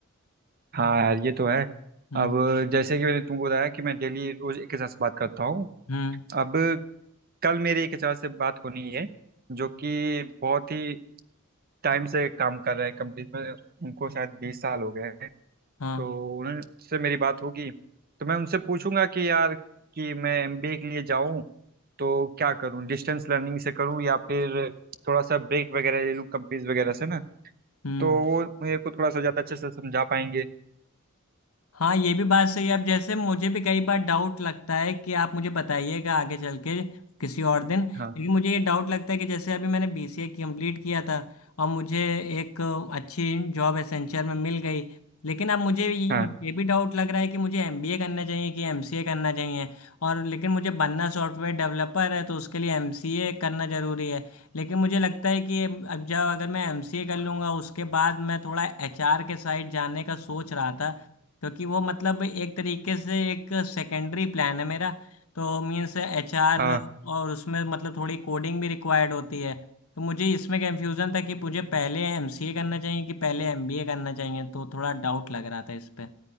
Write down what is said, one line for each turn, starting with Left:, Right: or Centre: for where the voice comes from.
Right: हाँ यार ये तो है
Left: हम्म
Right: अब जैसे कि मैंने तुमको बताया कि मैं डेली रोज एक एचआर से बात करता हूँ
Left: हम्म
Right: अब कल मेरे एक एचआर से बात होनी है जो कि बहुत ही टाइम से काम कर रहे हैं कंपनी में उनको शायद बीस साल हो गए हैं
Left: हाँ
Right: तो उनसे मेरी बात होगी तो मैं उनसे पूछूंगा कि यार कि मैं एमबीए के लिए जाऊं तो क्या करूं डिस्टेंस लर्निंग से करूं या फिर थोड़ा सा ब्रेक वगैरह ले लूं कंपनीज वगैरह से ना
Left: हम्म
Right: तो वो मेरे को थोड़ा सा ज़्यादा अच्छे से समझा पाएंगे
Left: हाँ ये भी बात सही है अब जैसे मुझे भी कई बार डाउट लगता है कि आप मुझे बताइएगा आगे चल के किसी और दिन लेकिन
Right: हाँ
Left: मुझे ये डाउट लगता है कि जैसे अभी मैंने बीसीए कंप्लीट किया था और मुझे एक अच्छी जॉब एसेंचर में मिल गई लेकिन अब मुझे ये
Right: हाँ
Left: ये भी डाउट लग रहा है कि मुझे एमबीए करना चाहिए कि एमसीए करना चाहिए और लेकिन मुझे बनना सॉफ्टवेयर डेवलपर है तो उसके लिए एमसीए करना ज़रूरी है लेकिन मुझे लगता है कि अब जब अगर मैं एमसीए कर लूँगा उसके बाद मैं थोड़ा एचआर के साइड जाने का सोच रहा था क्योंकि वो मतलब एक तरीके से एक सेकेंडरी प्लान है मेरा तो मीन्स एचआर
Right: हाँ
Left: और उसमें मतलब थोड़ी कोडिंग भी रिक्वायर्ड होती है तो मुझे इसमें कंफ्यूजन था कि मुझे पहले एमसीए करना चाहिए कि पहले एमबीए करना चाहिए तो थोड़ा डाउट लग रहा था इस पे